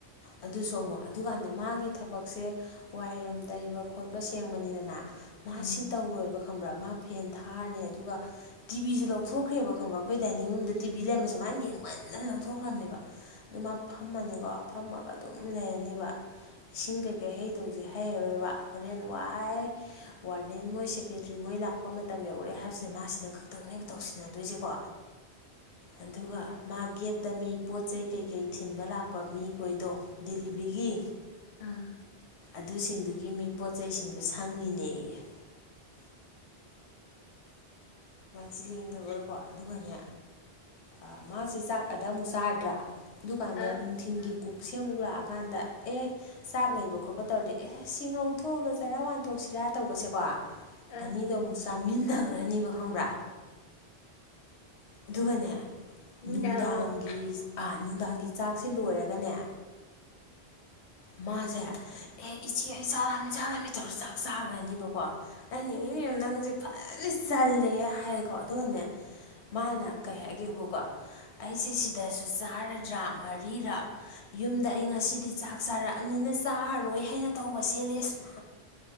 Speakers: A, on the left (about 85°); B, on the left (about 60°).
A: ꯑꯗꯨ ꯁꯣ ꯑꯃꯨꯛ ꯑꯗꯨꯀꯥꯟꯗ ꯃꯥꯒꯤ ꯊꯕꯛꯁꯦ ꯋꯥꯏꯔꯝ ꯇꯩꯕ ꯈꯣꯠꯄ ꯁꯦꯡꯕꯅꯤꯗꯅ ꯃꯥꯁꯤ
B: ꯎꯝ
A: ꯇꯧꯔꯣꯏꯕ ꯈꯪꯕ꯭ꯔꯥ ꯃꯥ ꯐꯦꯟ ꯊꯥꯔꯅꯤ ꯑꯗꯨꯒ ꯇꯤꯚꯤꯁꯨ ꯂꯧꯊꯣꯛ <unintelligible> ꯕ ꯈꯪꯕ꯭ꯔ ꯑꯩꯈꯣꯏ ꯗꯥꯏꯅꯤꯡ ꯔꯨꯝꯗ ꯇꯤꯚꯕꯤ ꯂꯩꯔꯝꯕꯁꯦ ꯃꯥꯅ ꯌꯦꯡꯃꯟꯅ ꯂꯧꯊꯣꯛꯈ꯭ꯔꯕꯅꯦꯕ ꯑꯗꯨꯝ ꯃꯥ ꯐꯝꯃꯅꯤꯀꯣ ꯐꯝꯃꯒ ꯑꯗꯨꯝ ꯂꯩꯔꯅꯤꯕ ꯏꯁꯤꯡ ꯀꯩꯀꯩ ꯍꯩꯗꯧꯁꯦ ꯍꯩꯔꯔꯣꯏꯕ ꯍꯣꯔꯦꯟ ꯋꯥꯏ ꯋꯥꯔꯗꯦꯟ ꯃꯣꯏ ꯁꯦꯀꯦꯇꯔꯤ ꯃꯣꯏ ꯂꯥꯛꯄ ꯃꯇꯝ ꯌꯧꯔꯑꯦ ꯍꯥꯏꯕꯕꯁꯤꯗ ꯃꯥꯁꯤꯗ ꯈꯛꯇꯪꯅꯦꯕ ꯇꯧꯁꯤꯟꯅꯗꯣꯏꯁꯦꯀꯣ ꯑꯗꯨꯒ ꯃꯥ ꯒꯦꯠꯇ ꯃꯤ ꯄꯣꯠ ꯆꯩ ꯀꯩꯀꯩ ꯊꯤꯟꯕ ꯂꯥꯛꯄ ꯃꯤꯈꯣꯏꯗꯣ ꯗꯤꯂꯤꯕ꯭ꯔꯤꯒꯤ
B: ꯑꯥ
A: ꯑꯗꯨꯁꯤꯡꯗꯨꯒꯤ ꯃꯤ ꯄꯣꯠ ꯆꯩꯁꯤꯡꯗꯣ ꯁꯪꯉꯤꯅꯦ ꯌꯦ <inaudible> ꯁꯤ ꯂꯦꯡꯗꯕꯣꯏ ꯀꯣ ꯑꯗꯨꯒꯅꯦ ꯑ ꯃꯥꯁꯦ ꯆꯥꯛ ꯑꯗ ꯑꯃꯨꯛ ꯆꯥꯔꯥꯗ꯭ꯔꯥ ꯑꯗꯨꯀꯥꯟꯗ
B: ꯑ
A: ꯅꯨꯡꯊꯤꯟꯒꯤ ꯀꯨꯛꯁꯦ ꯑꯃꯨꯛ ꯂꯥꯛꯑꯒ ꯀꯥꯟꯗ ꯑꯦ ꯆꯥꯛ ꯂꯩꯕ ꯈꯣꯠꯄ ꯇꯧꯔꯗꯤ ꯑꯦ ꯁꯤꯡꯉꯧ ꯊꯣꯛꯑꯒ ꯆꯔꯥ ꯋꯥꯟꯊꯣꯛꯁꯤꯔꯥ ꯇꯧꯕꯁꯦꯀꯣ
B: ꯑ
A: ꯑꯅꯤꯗꯣ ꯑꯃꯨꯛ ꯆꯥꯃꯤꯟꯅꯒꯔ ꯅꯤꯕ ꯈꯪꯕ꯭ꯔꯥ ꯑꯗꯨꯒꯅꯦ
B: ꯅꯨꯡꯗꯥꯡ
A: ꯅꯨꯡꯗꯥꯡꯒꯤ
B: ꯑꯃꯨꯛ
A: ꯑꯥꯠ ꯅꯨꯡꯗꯥꯡꯒꯤ ꯆꯥꯛꯁꯦ ꯂꯣꯏꯔꯒꯅꯦ ꯃꯥꯖꯦ ꯑꯦ ꯏꯆꯦ ꯑꯩ ꯆꯥꯔꯃꯤ ꯆꯥꯔꯃꯤ ꯇꯧ ꯆꯥꯛ ꯆꯥꯈ꯭ꯔꯅꯤꯕꯀꯣ ꯑꯩꯅ
B: ꯎꯝ
A: ꯏꯅꯦꯃꯤꯨꯝ ꯅꯪꯁꯦ ꯐꯖꯅ ꯆꯜꯂꯦ ꯍꯥꯏꯌꯦꯀꯣ ꯑꯗꯨꯅꯅꯦ ꯃꯥꯅ ꯀꯩ ꯍꯥꯏꯒꯦꯕꯨꯀꯣ ꯑꯩꯁꯦ ꯁꯤꯗꯁꯨ ꯆꯥꯔꯗ꯭ꯔꯥ ꯃꯔꯤꯔꯛ ꯌꯨꯝꯗ ꯑꯩ ꯉꯁꯤ ꯗꯤ ꯆꯥꯛ ꯆꯥꯔꯛꯑꯕꯅꯤꯅ ꯆꯥꯔꯔꯣꯏ ꯍꯥꯏꯅ ꯇꯧꯕꯁꯦ ꯔꯦꯁꯃ